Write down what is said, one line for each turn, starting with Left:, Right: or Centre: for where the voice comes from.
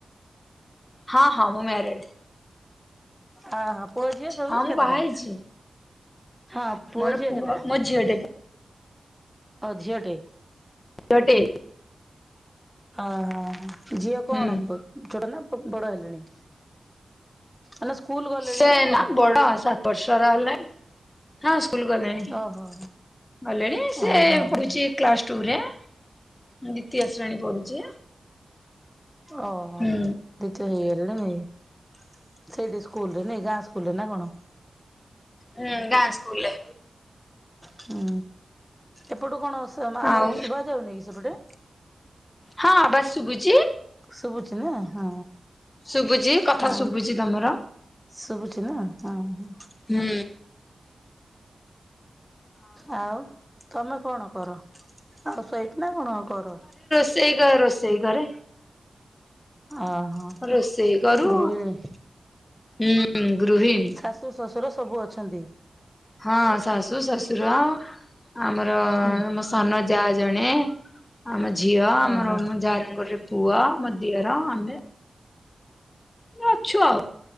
Left: ହଁ ହଁ ମୁଁ ମ୍ୟାରେଡ୍।
Centre: ଅ ହୋ ପୁଅ ଝିଅ ସବୁ
Left: ହଁ ମୁଁ
Centre: କେତେଟା
Left: ବାହା ହେଇଛି
Centre: ହଁ
Left: ମୋର
Centre: ଝିଅ
Left: ପୁଅ
Centre: କେତେଟା
Left: ମୋ ଝିଅ ଟେ
Centre: ହ ଝିଅ ଟେ।
Left: <unintelligible> ଟେ
Centre: ଓହୋ ଝିଅ କଣ
Left: ହୁଁ
Centre: କରୁ ଛୋଟ ନା ବଡ ହେଲେଣି? ଆଲା ସ୍କୁଲ ଗଲେଣି
Left: ସେ
Centre: କଣ
Left: ନା ବଡ ସାତ ବର୍ଷର ହେଲେଣି ହଁ ସ୍କୁଲ ଗଲେଣି।
Centre: ଓହୋ
Left: ଗଲେଣି ସେ
Centre: ଓହୋ ହୋ
Left: ପଢୁଛି କ୍ଲାସ ଟୁ ରେ। ଦ୍ଵିତୀୟ ଶ୍ରେଣୀ ପଢୁଛି।
Centre: ଓ ହୋ
Left: ହୁଁ
Centre: ଦି ତ ହେଇଗଲେଣି ନାଇ ସେଇଠି ସ୍କୁଲ ରେ ନାଇ ଗାଁ ସ୍କୁଲରେ ନା କଣ?
Left: ହୁଁ ଗାଁ ସ୍କୁଲରେ।
Centre: ହୁଁ ଏପଟୁ କଣ ଆବାଜ୍
Left: ଆଉ
Centre: ଶୁଭା ଯାଉନି କି ସେପଟେ?
Left: ହଁ ଆବାସ୍ ଶୁଭୁଛି।
Centre: ଶୁଭୁଛି ନା ହଁ।
Left: ଶୁଭୁଛି କଥା
Centre: ଆଉ
Left: ଶୁଭୁଛି ତମର
Centre: ଶୁଭୁଛି ନା ହଁ।
Left: ହୁଁ।
Centre: ଆଉ ତମେ କଣ କର ଆଉ <inaudible> କଣ କର?
Left: ସେଇ ଘରେ ରୋଷେଇ କରେ।
Centre: ଓ ହୋ
Left: ରୋଷେଇ କରୁ
Centre: ଗୃହିଣୀ।
Left: ହୁଁ ଗୃହିଣୀ।
Centre: ଶାଶୁ ଶ୍ୱଶୁର ସବୁ ଅଛନ୍ତି?
Left: ହଁ ଶାଶୁ ଶଶୁର ଆମର
Centre: ହୁଁ
Left: ମୋ ସାନ ଯା ଜଣେ ଆମ ଝିଅ ଆମର
Centre: ଓହୋ
Left: ଯାଆ‌ ଙ୍କର ପୁଅ ମୋ ଦିଅର ଆମେ ଅଛୁ ଆଉ